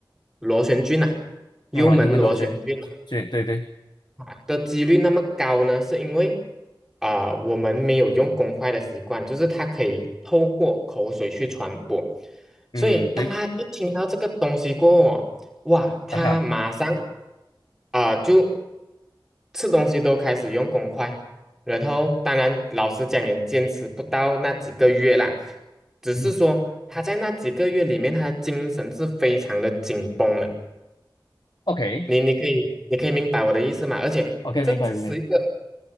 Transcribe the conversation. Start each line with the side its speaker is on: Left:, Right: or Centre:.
Centre: 螺旋菌啊，幽门螺旋菌啊
Left: 嗯啊 h u m a n lotion，对对对，
Centre: 啊的几率那么高呢？是因为啊、我们没有用公筷的习惯，就是它可以透过口水去传播，所以当他一听到这个东西过后哦哇，
Left: 嗯对，
Centre: 他马上
Left: 啊哈，
Centre: 啊、就吃东西都开始用公筷，然后当然老实讲也坚持不到那几个月啦，只是说他在那几个月里面，
Left: 嗯哼
Centre: 他的精神是非常的紧绷的。
Left: ，OK
Centre: 你你可以你可以明白我的意思吗？而且这只是一个
Left: OK，明白明白，